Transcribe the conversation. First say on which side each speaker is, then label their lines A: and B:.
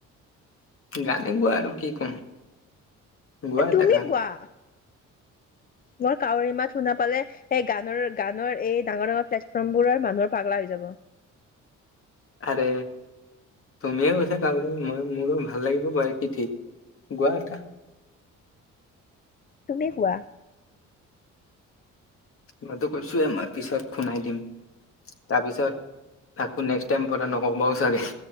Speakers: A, on the left; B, on the left.
A: গানে গোৱা আৰু কি কম গোৱা
B: তুমি
A: এটা গান
B: গোৱা। মোৰ কাউৰী মাত শুনা পালে এই গানৰ গানৰ এই ডাঙৰ ডাঙৰ প্লেটফৰ্ম বোৰৰ মানুহ পাগলা হৈ যাব।
A: আৰে, তুমিয়ে কৈছা কাউৰী <unintelligible> মই মোৰ দেখোন ভাল লাগিব পাৰে কি ঠিক, গোৱা এটা।
B: তুমি গোৱা।
A: মই তো কৈছোৱে, মই পিছত শুনাই দিম, তাৰপিছত আকৌ নেক্সট টাইম কথা নকবাও চাগে